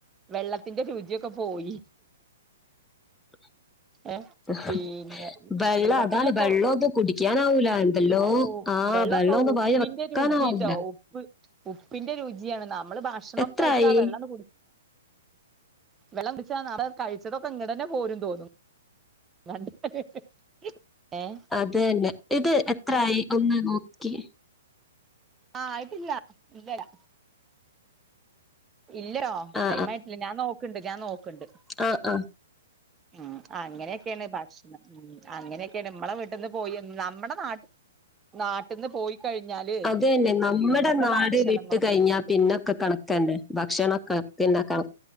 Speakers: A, on the right; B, in the centre.
A: വെള്ളത്തിന്റെ രുചിയൊക്കെ പോയി
B: <inaudible>
A: ഏ പിന്നെ
B: വെള്ളം
A: വെള്ളത്തിനൊക്കെ
B: അതാണ് വെള്ളോത് കുടിക്കാനാവൂല എന്തല്ലോ
A: ഔ
B: ആ
A: വെള്ളൊക്കെ
B: വെള്ളം ഒന്നും
A: ഉപ്പിന്റെ
B: വായി വെക്കാനാവൂല
A: രുചിട്ടോ ഉപ്പ് ഉപ്പിന്റെ രുചിയാണ് നമ്മള് ഭക്ഷണം
B: എത്രയായി
A: കഴിച്ചിട്ടാ വെള്ളണ്ട് കുടിക്കും വെള്ളം കുടിച്ചാനാവാതെ കഴിച്ചതൊക്കെ ഇങ്ട്ടന്നെ പോരും തോന്നും <unintelligible> ഏഹ്
B: അതന്നെ ഇത് എത്രായി ഒന്ന് നോക്കിയേ
A: ആഹ് ആയിട്ടില്ല ഇല്ലടാ ഇല്ലോ
B: ആ
A: ടൈമായിട്ടില്ല ഞാൻ നോക്ക്‌ണ്ട് ഞാൻ നോക്ക്ണ്ട്
B: ആഹ് ആഹ്
A: ഉം അങ്ങനെക്കേണ് ഭാ ഉം അങ്ങനെക്കെണ് മ്മളെ വീട്ടിന്ന് പോയി നമ്മടെ നാട്ട് നാട്ട്ന്ന് പോയി കഴിഞ്ഞാല്
B: അത് ന്നെ നമ്മടെ
A: പിന്നത്തെ
B: നാട്
A: ഭക്ഷണങ്ങളൊക്കെ
B: വിട്ട് കഴിഞ്ഞാ പിന്നൊക്കെ കണക്കന്നെ ഭക്ഷണൊക്കെ ഇണ്ടാക്കണം